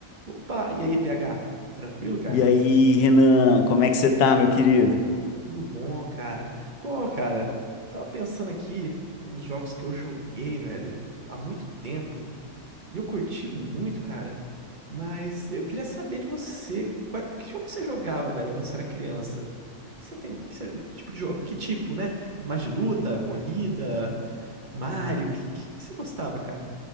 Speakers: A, on the right; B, on the left.
A: Opa, e aí, PH? Tranquilo, cara?
B: E aí, Renan, como é que você tá, meu querido?
A: Tudo bom, cara? Pô, cara, tava pensando aqui uns jogos que eu joguei, velho, há muito tempo. E eu curti muito, cara. Mas eu queria saber de você, qual- que jogo que você jogava, velho, quando você era criança? Que você tem, que você- tipo de jogo, que tipo, né? Mais de luta, corrida, Mario, que que, que você gostava, cara?